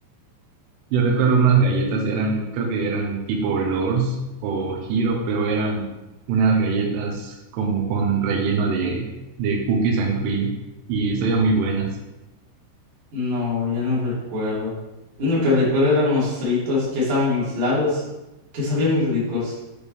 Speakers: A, on the right (about 85°); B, on the right (about 45°).
A: Yo recuerdo unas galletas, eran, creo que eran tipo Lors o Giro, pero eran unas galletas como con relleno de, de cookies and cream y sabían muy buenas.
B: no, ya no recuerdo. Lo único que recuerdo eran unos fritos que estaban inflados, que sabían muy ricos.